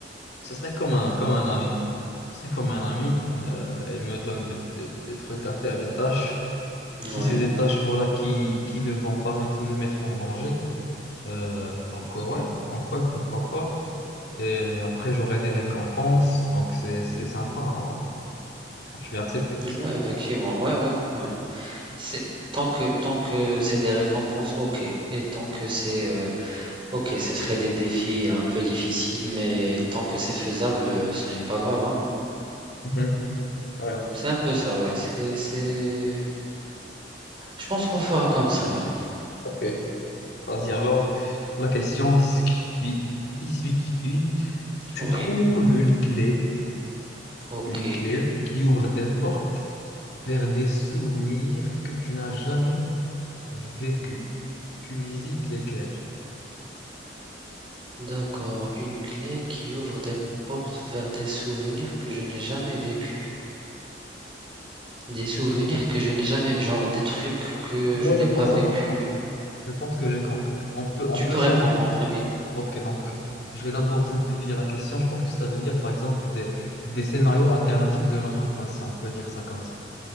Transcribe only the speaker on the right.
Ouais,
ouais, effectivement, ouais, ouais, ouais. C'est tant que tant que c'est des récompenses, ok. Et tant que c'est euh, ok, ce serait des défis un peu difficiles, mais tant que c'est faisable, euh, ce n'est pas grave, hein.
C'est un peu ça, ouais. C'est, c'est... Je pense qu'on fera comme ça, ouais.
Oui,
ok.
D'accord. Une clé qui ouvre des portes vers des souvenirs que je n'ai jamais vécus. Des souvenirs que je n'ai jamais, genre des trucs que
je n'ai
pas vécu.
Tu
peux
répondre en premier.